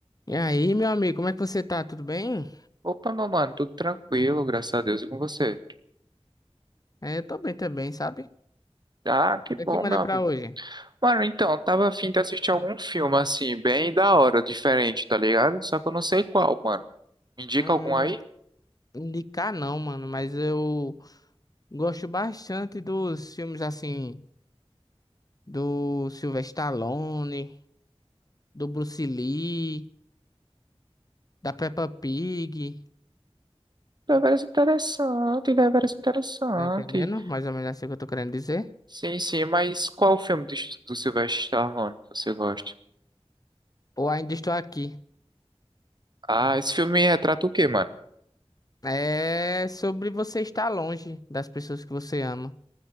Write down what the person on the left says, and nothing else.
E aí, meu amigo, como é que você tá? Tudo bem?
É, eu tô bem também, sabe?
E O que manda
pra hoje?
Hum,
indicar não, mano, mas eu gosto bastante dos filmes assim, do Sylvester Stallone, do Bruce Lee, da Peppa Pig,
tá entendendo? Mais ou menos assim que eu tô querendo dizer.
Ou ainda estou aqui.
É sobre você estar longe das pessoas que você ama.